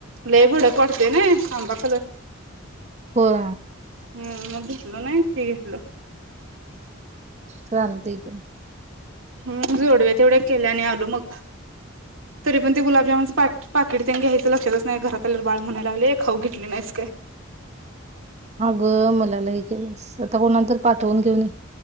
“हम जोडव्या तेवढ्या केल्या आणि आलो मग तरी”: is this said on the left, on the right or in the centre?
Right